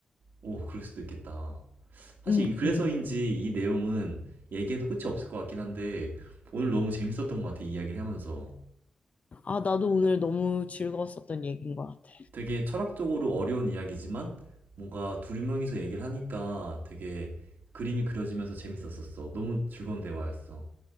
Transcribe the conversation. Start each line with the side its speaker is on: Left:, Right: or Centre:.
Right: 오, 그럴 수도 있겠다. 사실
Left: 음,
Right: 이- 그래서인지
Left: 음.
Right: 이 내용은 얘기해도 끝이 없을 것 같긴 한데 오늘 너무 재밌었던 것 같아, 이야기를 하면서.
Left: 아, 나도 오늘 너무 즐거웠었던 얘기인 것 같아.
Right: 되게 철학적으로 어려운 이야기지만 뭔가 둘 명이서 얘기를 하니까 되게 그림이 그려지면서 재밌었었어. 너무 즐거운 대화였어.